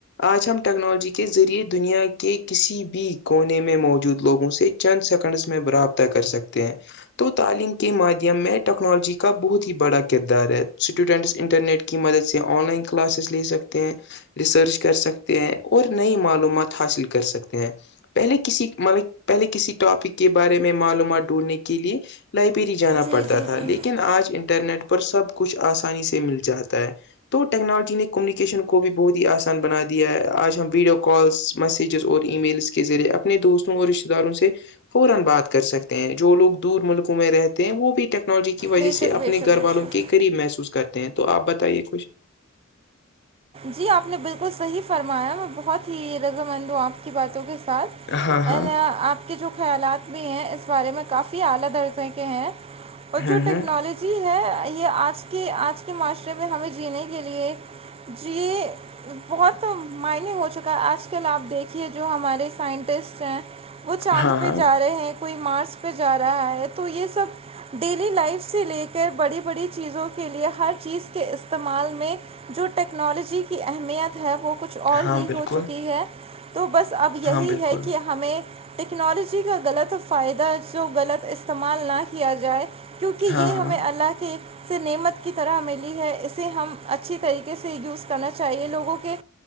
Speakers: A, on the left; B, on the right.
A: آج ہم ٹیکنالوجی کے ذریعے دنیا کے کسی بھی کونے میں موجود لوگوں سے چند سیکنڈس میں برابر کر سکتے ہیں تو تعلیم کے مادھیم میں ٹیکنالوجی کا بہت ہی بڑا کردار ہے اسٹوڈنٹس انٹرنیٹ کی مدد سے آن لائن کلاسز لے سکتے ہیں ریسرچ کر سکتے ہیں اور نئی معلومات حاصل کر سکتے ہیں پہلے کسی مطلب پہلے کسی ٹاپک کے بارے میں معلومات ڈھونڈھنے کے لیے لائبریری جانا
B: جی
A: پڑتا
B: جی جی
A: تھا
B: جی
A: لیکن آج انٹرنیٹ پر سب کچھ آسانی سے مل جاتا ہے تو ٹیکنالوجی نے کمیونیکیشن کو بھی بہت ہی آسان بنا دیا ہے آج ہم ویڈیو کالس میسیجز اور ای میلس کے ذریعے اپنے دوستوں اور رشتہ داروں سے فورا بات کر سکتے ہیں جو لوگ دور ملکوں میں رہتے ہیں وہ بھی ٹیکنالوجی کی وجہ
B: بے
A: سے
B: شک
A: اپنے
B: بے شک
A: گھر
B: بے
A: والوں
B: شک
A: کے قریب محسوس کرتے ہیں تو آپ بتائیے کچھ
B: جی آپ نے بالکل صحیح فرمایا میں بہت ہی رضامند ہوں آپ کی باتوں کے ساتھ
A: ہاں
B: <unintelligible>
A: ہاں
B: جو خیالات بھی ہیں اس بارے میں کافی اعلی د عرصے کے ہیں اور
A: ہوں
B: جو ٹیکنالوجی
A: ہوں
B: جی ہے یہ آج کے آج کے معاشرے میں ہمیں جینے کے لیے جی بہت مائننگ ہو چکا ہے آج کل آپ دیکھیے جو ہمارے سائنٹسٹ ہیں وہ چاند
A: ہاں
B: پہ
A: ہاں
B: جا رہے ہیں کوئی مارس پہ جا رہا ہے تو یہ سب ڈیلی لائف سے لے کر بڑی بڑی چیزوں کے لیے ہر چیز کے استعمال میں جو ٹیکنالوجی کی اہمیت ہے وہ کچھ اور
A: ہاں
B: ہی
A: بالکل
B: ہو چکی ہے تو بس اب یہی
A: ہاں بالکل
B: ہے کہ ہمیں <unintelligible> ٹیکنالوجی کا غلط فائدہ جو غلط استعمال نہ کیا جائے کیونکہ
A: ہاں
B: یہ
A: ہاں
B: ہمیں اللہ کے سے نعمت کی طرح ملی ہے اسے ہم اچھی طریقے سے یوز کرنا چاہیے لوگوں کے